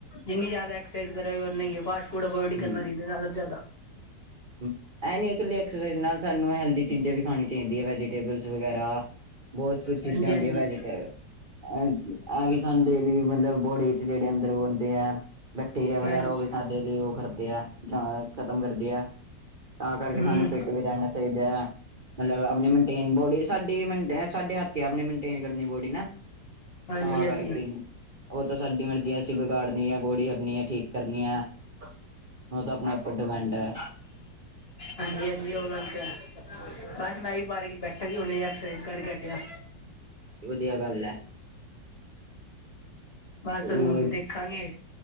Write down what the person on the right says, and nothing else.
ਹੂੰ।
ਇਹ ਨੀ ਇਕੱਲੀ ਐਕਸਾਈਜ਼ ਨਾਲ ਸਾਨੂੰ ਹੈਲਦੀ ਚੀਜ਼ਾਂ ਵੀ ਖਾਣੀ ਚਾਹੀਦੀ ਹੈ ਵੈਜੀਟੇਬਲ ਵਗੈਰਾ ਬਹੁਤ ਕੁੱਝ ਚੀਜ਼ਾਂ
ਹੁੰਦੀਆਂ
ਵੈਜੀਟੇਬ ਇਹ ਵੀ ਸਾਨੂੰ ਦੇ ਲਈ ਮਤਲਬ ਬੋਡੀ ਚ ਜਿਹੜੇ ਅੰਦਰ ਆਉਦੇ ਆ ਬੈਕਟੀਰੀਆ
ਵਗੈਰਾ ਉਹ ਵੀ ਸਾਡੇ ਲਈ ਉਹ ਕਰਦੇ ਹੈ ਜਾਂ ਖ਼ਤਮ ਕਰਦੇ ਹੈ। ਤਾਂ ਕਰਕੇ
ਸਾਨੂੰ ਫਿੱਟ ਵੀ ਰਹਿਣਾ ਚਾਹੀਦਾ ਹੈ। ਮਤਲਬ ਆਪਣੀ ਮੇਨਟੇਨ ਬੋਡੀ, ਸਾਡੀ ਸਾਡੇ ਹੱਥ ਆਪਣੀ ਮੇਨਟੇਨ ਕਰਨੀ ਬੋਡੀ ਨਾ।
ਤਾਂ
ਕਰਕੇ ਉਹ ਤਾਂ ਸਾਡੀ ਮਰਜ਼ੀ ਅਸੀਂ ਵਿਗਾੜਨੀ ਹੈ ਬੋੜੀ ਆਪਣੀ ਹੈ ਠੀਕ ਕਰਨੀ ਹੈ। ਉਹ ਤਾਂ ਆਪਣੇ ਉੱਪਰ ਡਿਪੈਂਡ ਹੈ।
ਵਧੀਆ ਗੱਲ ਹੈ।
ਹੋਰ